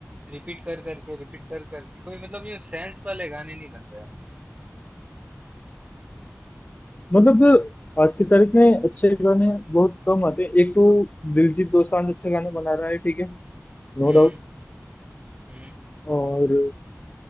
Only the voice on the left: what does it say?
मतलब आज की तारीख में अच्छे गाने बहुत कम आते हैं एक तो दिलजीत दोसांझ अच्छे गाने बना रहा है ठीक है नो
डाउट
और